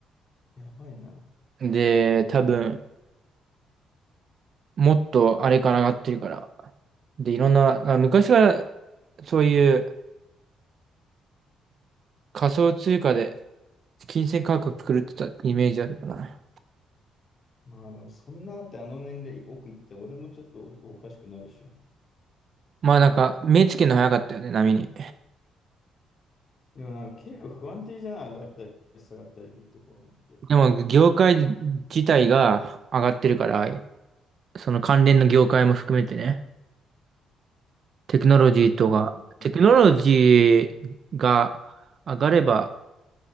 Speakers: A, on the left; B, on the right.
A: やばいな。
B: で、多分、もっとあれから上がってるから。で、いろんな、あ昔からそういう仮想通貨で金銭価格狂ってたイメージあるかな。
A: まあでもそんなだってあの年齢億いったら俺もちょっとお、おかしくなるでしょ。
B: まあなんか、目つけるの早かったよね、波に。
A: でもなんか結構不安定じゃない上がったり下がったりビットコインって。
B: でも、業界自体が上がってるから、その関連の業界も含めてね、テクノロジーとか、
A: うん、
B: テクノロジーが上がれば
A: うん、